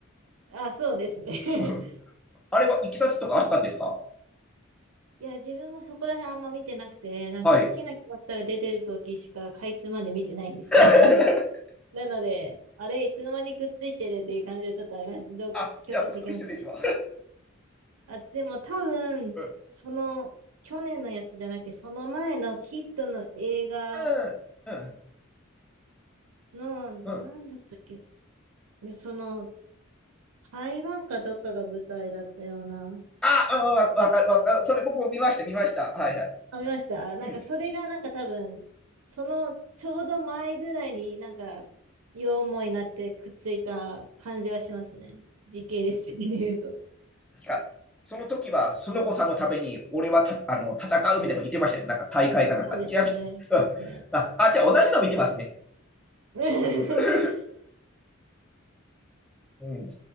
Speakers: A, on the right; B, in the centre.
A: あ、そうですね。<laughs>
B: <laughs> あれはいきさつとかあったんですか
A: いや、自分もそこら辺あんま見てなくて、なんか好きなキャラクターが出てる時しかかいつまで見てないんですよね。
B: はい。<laughs>
A: なので、あれ、いつの間にくっついてるっていう感じはちょっとあります。どう共感できますね。
B: あ、じゃあ僕と一緒ですわ。
A: あ、でも多分、
B: うん。
A: その、去年のやつじゃなくて、その前のキッドの映画
B: うん。うん。
A: の、なんだったっけ、
B: うん、
A: その、台湾かどっかが舞台だったような。
B: あ、うん、わかる、わかる。それ僕も見ました、見ました。はいはい。
A: あ、見ましたなんか、
B: うん。
A: それがなんか多分、その、ちょうど前ぐらいになんか、両思いになってくっついた感じはしますね。時系列的に言うと。
B: 確か、その時は、スノコさんのために、俺はたあの戦うみたいなこと言ってましたね。なんか大会かなんか。
A: そうですよね。
B: 違いました、
A: そうですね。
B: ね。うんあ、あ、じゃあ同じの見てますね。
A: <laughs>
B: <laughs> うん。